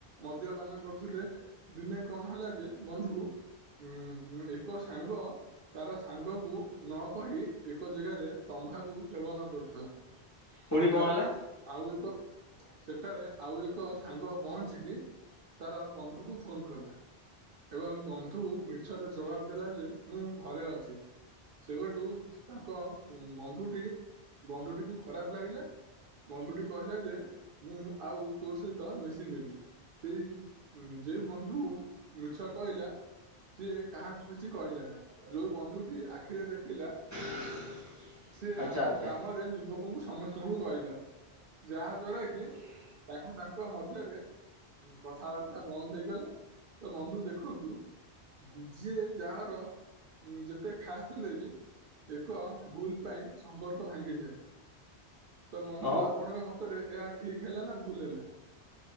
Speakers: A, on the right; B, on the left.
A: ମଦ୍ୟପାନ କରୁଥିଲେ, ଦିନେ କଣ ହେଲା ଯେ ବନ୍ଧୁ ଉଁ ହୁଁ ଏକ ସାଙ୍ଗ ତାର ସାଙ୍ଗକୁ ନ କହି ଏକ ଜେଗାରେ ତମ୍ଭାକୁ ସେବନ କରୁଥେଲା।
B: ପୁଣି
A: ସେଠାରେ
B: କଣ ହେଲା?
A: ଆଉ ଏକ ସେଠାରେ ଆଉ ଏକ ସାଙ୍ଗ ପହଞ୍ଚିକି ତାର ବନ୍ଧୁକୁ ଫୋନ୍ କଲା। ଏବଂ ବନ୍ଧୁ ମିଛରେ ଜବାବ୍ ଦେଲା ଯେ ମୁଁ ଘରେ ଅଛି ସେବେଠୁ ସ୍ ତାଙ୍କ ବନ୍ଧୁଟି ବନ୍ଧୁଟିକୁ ଖରାପ୍ ଲାଗିଲା ବନ୍ଧୁଟି କହିଲା ଯେ ମୁଁ ଆଉ ତୋ ସହିତ ମିଶିବିନି। ସେଇ ଯେଉ ବନ୍ଧୁ ମିଛ କହିଲା ସିଏ କାହାକୁ କିଛି କହିଲାନି, ଯୋଉ ବନ୍ଧୁଟି ଆଖିରେ ଦେଖିଲା
B: <inaudible>
A: ସିଏ ଆମ
B: ଆଚ୍ଛା
A: ଗ୍ରାମରେ ଯୁବକଙ୍କୁ ସମସ୍ତଙ୍କୁ କହିଲା ଯାହା ଦ୍ଵାରା କି ତାଙ୍କୁ ତାଙ୍କ ମଧ୍ୟରେ ଉଁ କଥାବାର୍ତ୍ତା ବନ୍ଦ ହେଇଗଲା। ତ ବନ୍ଧୁ ଦେଖନ୍ତୁ ଯିଏ ଯାହାର ଉଁ ଯେତେ ଖାସ୍ ହେଲେ ବି ଏକ ଭୁଲ ପାଇଁ ସମ୍ପ୍ ସମ୍ପର୍କ ଭାଙ୍ଗିଯାଏ। ତ ବନ୍ଧୁ
B: ହଁ
A: ଆପଣଙ୍କ ମତରେ ଏହା ଠିକ ହେଲା ନା ଭୁଲ ହେଲା?